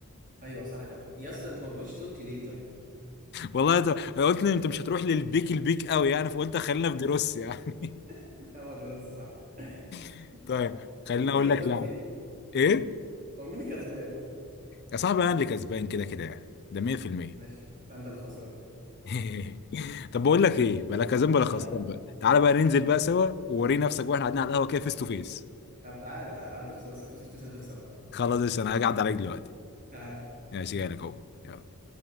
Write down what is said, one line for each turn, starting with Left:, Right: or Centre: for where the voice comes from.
Right: ايوه صح طب يا اسطى انت ما بتقولش توتي ليه طيب
Left: والله ت- قلت ان انت مش هتروح للبيك البيك قوي يعني فقلت خلينا في دروس يعني
Right: <laughs> هو دراستي صح
Left: <laughs> طيب
Right: هو هو
Left: خليني
Right: مين اللي
Left: اقول
Right: كسبان
Left: لك لا
Right: فينا
Left: ايه
Right: هو مين اللي كسبان
Left: يا صاحبي انا اللي كسبان كده كده يعني ده 100%
Right: ماشي يبقى انت اللي خسران
Left: <laughs> طب بقول لك ايه بلا كسبان بلا خسران
Right: ها
Left: بقى تعالى بقى ننزل بقى سوا ووري نفسك واحنا قاعدين على القهوه كده فيس تو فيس
Right: طب تعالى تعالى هتخسر اصلا فيس تو فيس هتخسر اكتر
Left: خلاص يا أسطى، انا هقعد عليك دلوقتي
Right: تعال
Left: ماشي جاي لك اهو يلا